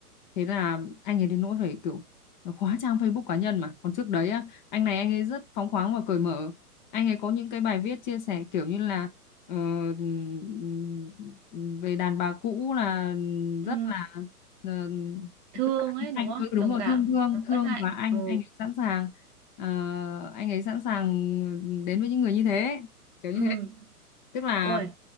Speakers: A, on the left; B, on the right.
A: thế là anh ấy đến nỗi phải kiểu khóa trang Facebook cá nhân mà còn trước đấy á anh này anh ấy rất phóng khoáng và cởi mở anh ấy có những cái bài viết chia sẻ kiểu như là ờ, ừm, ừm, về đàn bà cũ là
B: ừ,
A: rất là ờ,
B: thương
A: tức là
B: ấy
A: anh
B: đúng
A: anh-
B: không?
A: ừ đúng
B: Đồng
A: rồi
B: cảm,
A: thương thương
B: ờ,
A: thương
B: bất hạnh,
A: và anh
B: ừ,
A: anh ấy sẵn sàng ờ, anh ấy sẵn sàng đến với những người như thế kiểu như
B: ừ,
A: thế tức là
B: ôi,